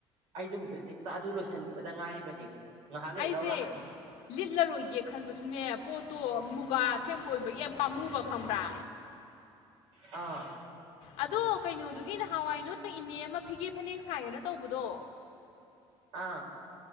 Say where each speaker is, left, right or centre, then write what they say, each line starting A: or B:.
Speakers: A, on the right; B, on the left.
A: ꯑꯩꯁꯨ ꯍꯧꯖꯤꯛ ꯍꯧꯖꯤꯛꯇ ꯑꯗꯨ ꯂꯣꯏꯁꯤꯟꯈꯤꯕꯗ ꯉꯥꯏꯔꯤꯕꯅꯤ ꯉꯥꯏꯍꯥꯛ ꯂꯩꯔ
B: ꯑꯩꯁꯦ
A: ꯂꯧ ꯂꯥꯛꯑꯅꯤ
B: ꯂꯤꯠꯂꯔꯣꯏꯒꯦ ꯈꯟꯕꯁꯨꯅꯦ ꯄꯣꯠꯇꯣ ꯃꯨꯒꯥ ꯑꯁꯦꯡꯕ ꯑꯣꯏꯕꯒꯤ ꯌꯥꯥꯝ ꯄꯥꯝꯃꯨꯕ ꯈꯪꯕ꯭ꯔꯥ
A: ꯑꯥ
B: ꯑꯗꯣ ꯀꯩꯅꯣꯗꯨꯒꯤ ꯅꯍꯥꯟꯋꯥꯏ ꯅꯣꯢ ꯏꯅꯦ ꯑꯃ ꯐꯤꯒꯦ ꯐꯅꯦꯛ ꯁꯥꯏꯌꯦꯅ ꯇꯧꯕꯗꯣ
A: ꯑꯥ